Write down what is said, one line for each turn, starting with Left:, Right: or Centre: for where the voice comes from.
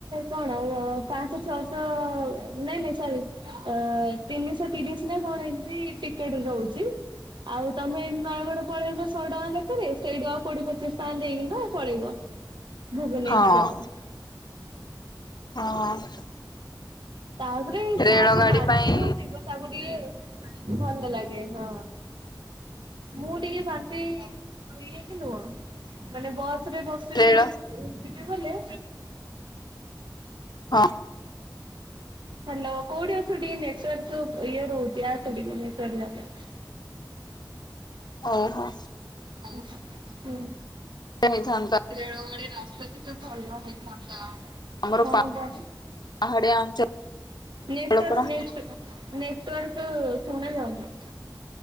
Right: କଣ ହବ? ପାଞ୍ଚ ଛଅଶହ ନାଇଁ ନାଇ ସ ତିନିଶ ତିରିଶ ନା କଣ ଏମତି ଟିକେଡରେ ରହୁଛି। ଆଉ ତମେ ନୟାଗଡ଼ ପଳେଇବ ଶହେ ଟଙ୍କା ଲେଖରେ ସେଇଠୁ ଆଉ କୋଡିଏ ପଚିଶ ଟଙ୍କା ନେଇକି ପଳେଇବ। ଭୁବନେଶ୍ଵର
Left: ହଁ ହଁ।
Right: ତାପରେ
Left: ରେଳଗାଡି
Right: ଯାହାକୁ ବାନ୍ତି
Left: ପାଇଁ
Right: ହଉଛିିବ ତାକୁ ଟିକେ ଭଲ ଲାଗେ ହଁ। ମୁଁ ଟିକେ ବାନ୍ତି ଇଏ କି ନୁହ ମାନେ ବସ ରେ ବ ଯିବ
Left: ରେଳ
Right: ବଲେ
Left: ହଁ।
Right: ହ୍ୟାଲ କୋଉଠି ଅଛୁ ଟିକେ ନେଟୱର୍କ ଟା ଇଏ ରହୁଛି ଆସେ ଟିକେ ନେଟୱର୍କ ଯାଗକୁ।
Left: ଓହୋ।
Right: ହୁଁ।
Left: ଯାଇ ଥାଆନ୍ତା।
Right: ରେଳ ଗାଡ଼ି ରାସ୍ତା ତ ଭଲନ ହୋଇତ ନାତା।
Left: ଆମର
Right: ହଁ
Left: ପାହାଡିଆ ଅଞ୍ଚଳ
Right: ନେଟୱର୍କ
Left: ପରା
Right: ନେଟୱର୍କ ଶୁଣା ଯାଉନି।